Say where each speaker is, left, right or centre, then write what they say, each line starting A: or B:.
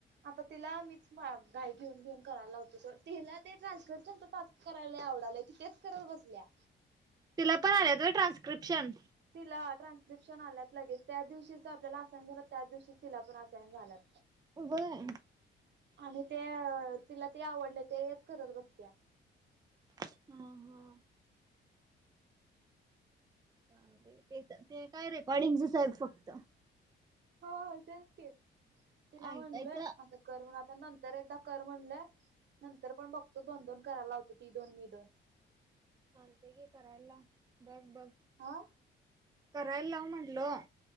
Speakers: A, on the right; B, on the right.
A: आता तिला मीच मा घाय घेऊन घेऊन करायला लावतो होतो त तिला ते ट्रान्सकशन टास्क करायला लय आवडालय. तेच करत बसल्या
B: तिला पण आलेत व्हय ट्रान्स्क्रिप्शन
A: तिला ट्रान्स्क्रिप्शन आल्यात लगेच त्या दिवशी ज आपल्याला असाईन झाला त्या दिवशी तिला पण असाईन झालात.
B: व्हय.
A: आणि ते तिला ते आवडल ते एक करत बसत्या.
B: हा हा जाऊदे ते ते काय रेकॉर्डिंगच आहेत फक्त
A: हो तेच की तिला
B: ऐकायचं
A: म्हणल आता कर म्हणुन आत त्या नंतर एकदा कर म्हणल नंतर पण बघतो दोन दोन करायला लावतो ती दोन मी दोन
B: चालतय की करायला लाव बघ बघ
A: हा
B: करायला लाव म्हटलो.